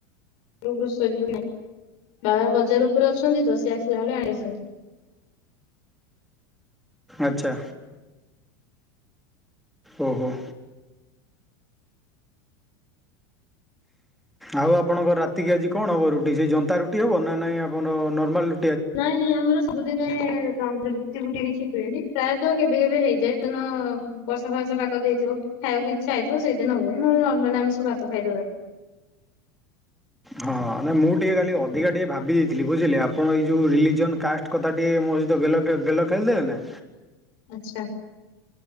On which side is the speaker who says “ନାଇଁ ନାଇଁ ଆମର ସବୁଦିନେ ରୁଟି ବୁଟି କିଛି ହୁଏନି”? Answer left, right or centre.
Left